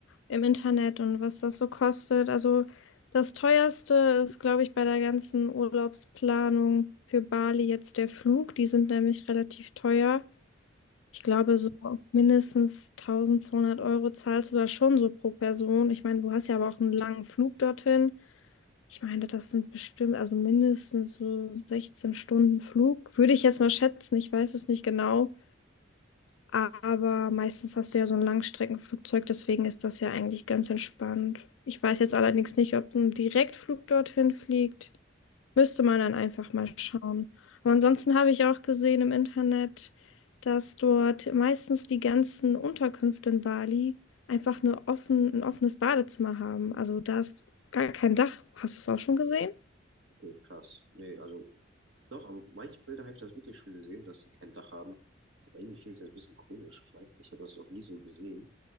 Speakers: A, on the left; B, on the right.
A: im Internet und was das so kostet. Also das teuerste ist, glaube ich, bei der ganzen Urlaubsplanung für Bali jetzt der Flug. Die sind nämlich relativ teuer. Ich glaube, so mindestens 1200 Euro zahlst du da schon so pro Person. Ich meine, du hast ja aber auch einen langen Flug dorthin. Ich meine, das sind bestimmt, also mindestens so 16 Stunden Flug. Würde ich jetzt mal schätzen, ich weiß es nicht genau. Aber meistens hast du ja so ein Langstreckenflugzeug, deswegen ist das ja eigentlich ganz entspannt. Ich weiß jetzt allerdings nicht, ob ein Direktflug dorthin fliegt. Müsste man dann einfach mal schauen. Aber ansonsten habe ich auch gesehen im Internet, dass dort meistens die ganzen Unterkünfte in Bali einfach nur offen, ein offenes Badezimmer haben. Also da ist gar kein Dach. Hast du es auch schon gesehen?
B: Okay, krass. Nee, also doch, aber manche Bilder habe ich das wirklich schon gesehen, dass sie kein Dach haben. Aber irgendwie finde ich das ein bisschen komisch. Ich weiß nicht, ich habe das noch nie so gesehen,